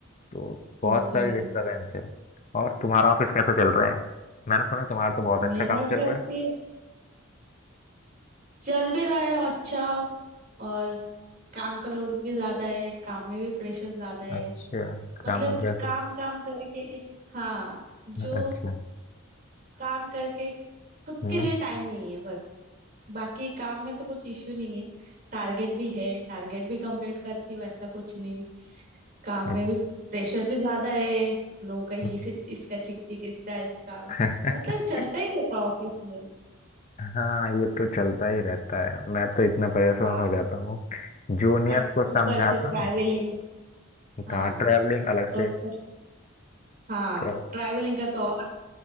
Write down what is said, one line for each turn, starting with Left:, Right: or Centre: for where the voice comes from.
Left: तो बहुत
Right: वो
Left: सारी
Right: तो है
Left: डिस्टरबेंस है और तुम्हारा ऑफिस कैसे चल रहा है मैंने सुना तुम्हारा तो बहुत अच्छा
Right: मेरा
Left: काम चल
Right: भी ऑफिस
Left: रहा
Right: चल भी रहा है अच्छा और काम का लोड भी ज्यादा है काम में भी प्रेशर ज्यादा है
Left: है अच्छा
Right: मतलब
Left: काम में प्रेशर
Right: काम काम करके हाँ जो
Left: अच्छा
Right: काम करके खुद
Left: हम्म
Right: के लिए टाइम नहीं है बस बाकी काम में तो कुछ इश्यू नहीं है टारगेट भी है टारगेट भी कंप्लीट करती हूँ ऐसा कुछ नहीं काम
Left: अच्छा
Right: में भी प्रेशर भी ज्यादा है लोगों का ये
Left: अच्छा।
Right: से इसका चिक चिक इसका इसका
Left: <laughs>
Right: मतलब चलता ही रहता ऑफिस में
Left: हाँ ये तो चलता ही रहता है मैं तो इतना परेशान
Right: हाँ
Left: हो जाता हूँ जूनियर्स
Right: और
Left: को समझाता
Right: ऊपर से ट्रैवलिंग
Left: हूँ
Right: हाँ
Left: कहाँ ट्रैवलिंग अलग
Right: और
Left: से
Right: ऊपर- हाँ
Left: tra-
Right: ट्रैवलिंग का तो और